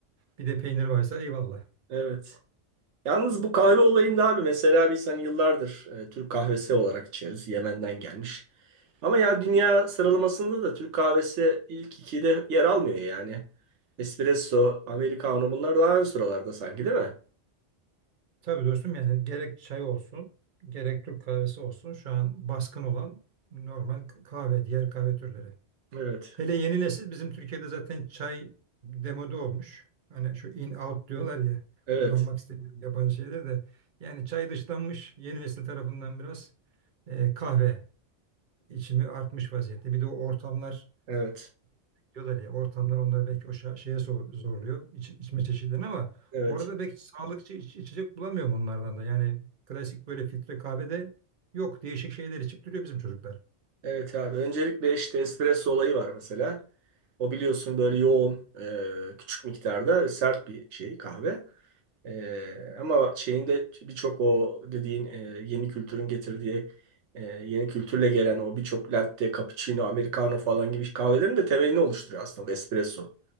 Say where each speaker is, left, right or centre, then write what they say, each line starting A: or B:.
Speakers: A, on the right; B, on the right.
A: Bir de peynir varsa eyvallah.
B: Evet. Yalnız bu kahve olayında abi mesela biz hani yıllardır e, Türk kahvesi olarak içeriz. Yemen'den gelmiş. Ama ya dünya sıralamasında da Türk kahvesi ilk ikide yer almıyor yani. Espresso, Americano bunlar daha ön sıralarda sanki değil mi?
A: Tabii dostum yani gerek çay olsun gerek Türk kahvesi olsun şu an baskın olan normal kahve diğer kahve türleri.
B: Evet.
A: Hele yeni nesil bizim Türkiye'de zaten çay demode olmuş. Hani şu in out diyorlar ya
B: Evet.
A: kullanmak istemiyorum yabancı şeyler de. Yani çay dışlanmış yeni nesil tarafından biraz e, kahve içimi artmış vaziyette. Bir de o ortamlar
B: Evet.
A: diyorlar ya ortamlar onları belki o şa- şeye so- zorluyor iç- içme çeşitlerini ama
B: Evet.
A: orada belki sağlıkçı iç- içecek bulamıyorum onlardan da. Yani klasik böyle filtre kahvede yok değişik şeyler içip duruyor bizim çocuklar.
B: Evet abi. Öncelikle işte espresso olayı var mesela. O biliyorsun böyle yoğun, e, küçük miktarda sert bir şey kahve. E, ama şeyinde birçok o dediğin e, yeni kültürün getirdiği e, yeni kültürle gelen o birçok latte, cappuccino, americano falan gibi kahvelerin de temelini oluşturuyor aslında bu espresso